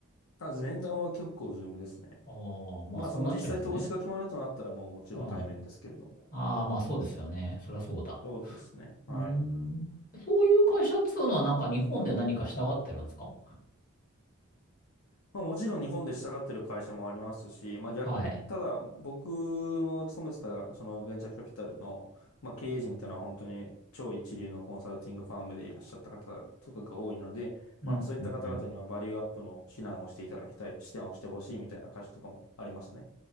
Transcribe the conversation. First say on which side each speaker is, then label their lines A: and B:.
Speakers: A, on the left (about 80°); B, on the left (about 40°).
A: ただ面談は結構ズームですね。
B: ああ、まあそうなっちゃいますね。
A: まあ、その実際投資が決まるとなったらもうもちろん対面ですけれども。
B: うん。ああ、まあそうですよね。そりゃそうだ。
A: そうですね。はい。
B: うーん。そういう会社っつうのはなんか日本で何かしたがってるんですか
A: まあ、もちろん日本で従ってる会社もありますし、まあ逆、
B: はい。
A: ただ僕の勤めてたそのベンチャーキャピタルの、まあ、経営陣というのは本当に超一流のコンサルティングファームでいらっしゃった方とかが多いので、
B: うん、
A: まあそういった方々にはバリューアップの指南をしていただきたい、
B: うん、うん。
A: 指南をしてほしいみたいな会社とかもありますね。